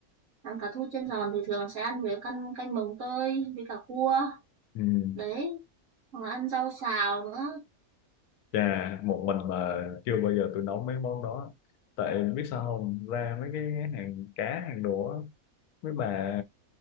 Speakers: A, on the right; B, on the left.
A: ăn cá thu chiên giòn thì thường sẽ ăn với canh canh mồng tơi với cả cua
B: ừ.
A: đấy hoặc là ăn rau xào nữa
B: Chà, một mình mà chưa bao giờ tôi nấu mấy món đó. Tại biết sao không, ra mấy cái hàng cá hàng đồ á, mấy bà